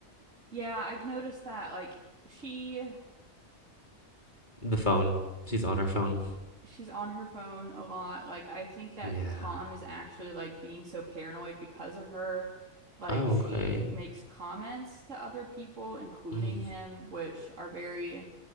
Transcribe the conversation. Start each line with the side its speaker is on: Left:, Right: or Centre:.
Right: Yeah, I've noticed that like she
Left: The phone. She's on her phone.
Right: she's on her phone a lot. Like I think that
Left: Yeah.
Right: Tom is actually like being so paranoid because of her. Like
Left: Oh,
Right: she
Left: okay.
Right: makes comments to other people, including
Left: Mm.
Right: him, which are very